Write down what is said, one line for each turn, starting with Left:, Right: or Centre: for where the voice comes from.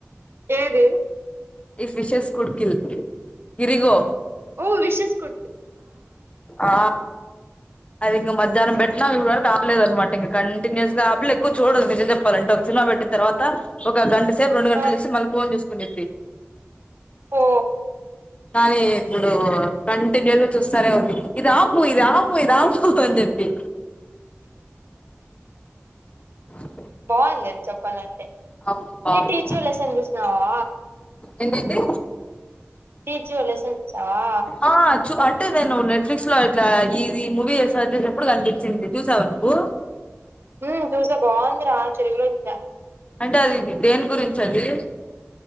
Right: ఏది
Left: ఈ విషెస్ కుడుకిల్ కిరిగో
Right: ఓ విశేస్ కొ
Left: ఆ అది ఇంకా మధ్యానం పెట్టినా ఇ వరకు ఆపలేద అనమాట ఇంక కంటిన్యూస్గా ఆపిల్ల ఎక్కువ చూడదు నిజం చెప్పాలంటే సినిమా పెట్టిన తర్వాత ఒక గంట సేపు రెండు గంటలు
Right: ఆ
Left: చూసి మల్ల ఫోన్ చూసుకునిద్ది
Right: ఓ
Left: కానీ ఇప్పుడు క దులు చూస్తానే ఉంది ఇది ఆపు ఇది ఆపు ఇది ఆపు అని చెప్పి అ
Right: బాగుంది చెప్పాలంటే
Left: అవును బాగుంది
Right: నీ టీచింగ్ లెసన్ చూసినావా
Left: ఏంటంటే
Right: టీచింగ్ లెసన్ చూసావా
Left: ఆ అంటే నేను నెట్ఫ్లిక్స్ లో ఇట్లా ఇది మూవీ చేసా ఎప్పుడు కనిపించింది చూసావ నువ్వు
Right: ఉ చూసా బాగుంది రా తెలుగులోజుస
Left: అంటే అది దేని గురించి అండి